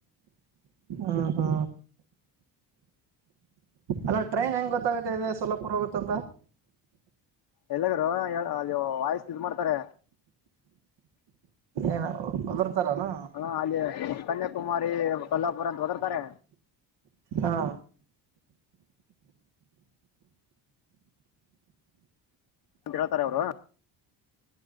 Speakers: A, on the right; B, on the left.
A: ಹ ಹಾ ಅಲ ಟ್ರೈನ್ ಹೆಂಗೆ ಗೊತ್ತಾಗುತ್ತೆ ಇದೆ ಸೊಲಪುರ ಹೋಗುತ್ತಂತ
B: ಎಲ್ಲಗರು ಅಲ್ಲಿ ವಾಯಸ ಇ ಮಾಡ್ತಾರೆ
A: ಏನ ಅದ್ರ ತರನಾ
B: ಹ ಅಲ್ಲಿ ಕನ್ಯಾಕುಮ ಮ ಕಲ್ಲಾಪುರಂತ ವತಾರೆ
A: ಹಾ
B: ಮ ಹೇಳ್ತಾರೆ ಅವರು